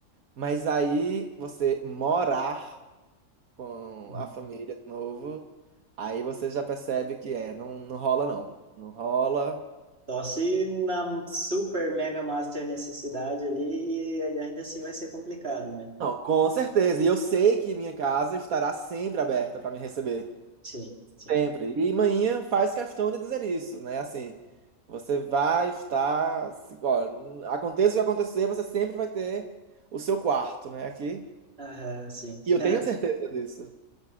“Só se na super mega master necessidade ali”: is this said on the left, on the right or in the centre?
Right